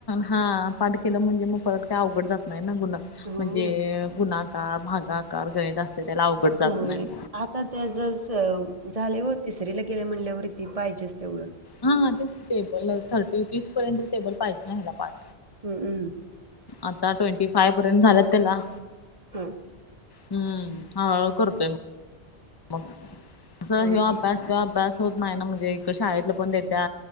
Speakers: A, on the left; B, on the right.
A: हा पाठ केलं म्हणजे मग परत काय अवघड जात नाही ना गुन
B: हां
A: म्हणजे गुणा भागाकार गणित असते त्याला अवघड जात
B: होय
A: नाही
B: आता त्या ज झाल्यावर तिसरीला गेल्या म्हणल्यावरती पाहिजेच तेवढं
A: हा तेच टेबल थर्टी तीस पर्यंत टेबल पाहिजे ना हेला पाठ
B: हमंमं
A: आता ट्वेंटी फाय पर्यंत झालात त्याला
B: हम
A: हम्म हळूहळू करतोय म मग अस
B: हां
A: हो
B: हां
A: अभ्यास तो अभ्यास होत नाही ना म्हणजे इ शाळेतलं पण देत